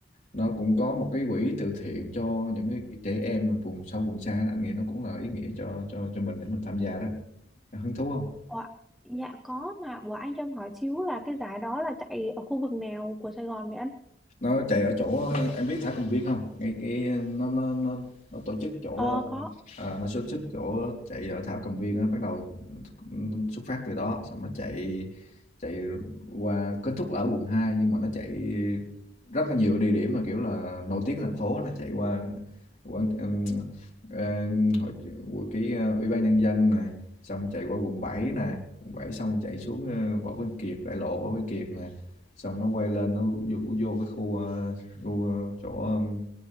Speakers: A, on the left (about 45°); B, in the centre.
A: nó cũng có một cái quỹ từ thiện cho những cái trẻ em ở vùng sâu vùng xa đó. Anh nghĩ nó cũng là ý nghĩa cho cho cho mình để mình tham gia đó. Hứng thú không?
B: Ủa, dạ có mà, ủa anh cho em hỏi xíu là cái giải đó là chạy ở khu vực nào của Sài Gòn vậy anh?
A: nó chạy ở chỗ em biết thả cầm viên không ngay cái nó nó nó, nó tổ chức chỗ
B: Ờ có.
A: à, nó tổ chức chỗ chạy ở thảo cầm viên á bắt đầu xuất phát từ đó xong nó chạy chạy qua kết thúc là ở quận hai nhưng mà nó chạy rất là nhiều địa điểm mà kiểu là nổi tiếng thành phố nó chạy qua quận um, um, hội cái uh, ủy ban nhân dân này xong chạy qua quận bảy nè quận bảy xong chạy xuống uh, Võ Văn Kiệt đại lộ Võ Văn Kiệt nè xong nó quay lên nó vô, vô cái khu uh, khu uh, chỗ um,